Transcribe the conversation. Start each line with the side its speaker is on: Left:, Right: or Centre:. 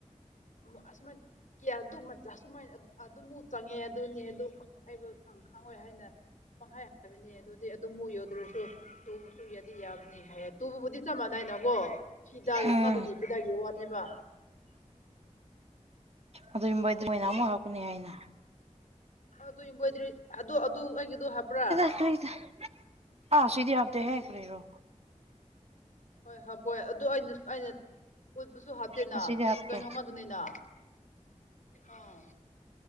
Left: ꯎ ꯑꯁꯨꯃꯥ ꯀꯌꯥ ꯑꯗꯨ ꯃꯆꯥ ꯁꯨꯃꯥꯏꯅ ꯑꯗꯨ ꯑꯗꯨꯃꯨꯛ ꯆꯪꯉꯦ ꯑꯗꯨꯅꯦ ꯑꯗꯨ ꯑꯩꯕꯨ ꯈꯪꯉꯣꯏ ꯍꯥꯏꯅ ꯄꯪꯍꯥꯏ ꯍꯥꯏꯕꯅꯤ ꯑꯗꯨꯗꯤ ꯑꯗꯨꯝꯥꯎꯛ ꯌꯧꯗ꯭ꯔꯁꯨ ꯇꯣꯡꯉꯁꯨ ꯌꯥꯗꯤ ꯌꯥꯕꯅꯤ ꯍꯥꯏ ꯇꯨꯕꯕꯨꯗꯤ ꯆꯞ ꯃꯥꯟꯅꯏꯅꯀꯣ ꯐꯤꯗꯥꯒꯤ
Right: ꯎꯝ
Left: ꯉꯗꯨꯅꯤ ꯐꯤꯗꯥꯒꯤ ꯋꯥꯠꯅꯦꯕ
Right: ꯑꯗꯨ
Left: ꯑꯗꯣ
Right: ꯌꯨꯝꯕꯩ ꯑꯗꯨ ꯃꯅꯥ ꯑꯃ ꯍꯥꯞꯀꯅꯤ ꯍꯥꯏꯅ
Left: ꯑꯗꯨ ꯏꯝꯕꯣꯏꯗꯔꯤ ꯑꯗꯨ ꯑꯗꯨ ꯑꯩꯒꯤꯗꯣ ꯍꯥꯞꯄ꯭ꯔꯥ
Right: ꯇꯥꯏꯗ ꯑꯥ ꯁꯤꯗꯤ ꯍꯥꯞꯗꯦ ꯍꯦ ꯀ꯭ꯔꯦꯔꯣ
Left: ꯍꯣꯏ ꯍꯕꯣꯏ ꯑꯗꯨ ꯑꯩꯅ ꯑꯩꯅ ꯎꯠꯄꯁꯨ ꯍꯥꯞꯇꯦꯅ
Right: ꯉꯁꯤꯗꯤ
Left: ꯐꯤ
Right: ꯍꯥꯞꯇꯦ
Left: ꯀꯩꯅꯣ ꯉꯛꯇꯅꯤꯅ ꯑꯥ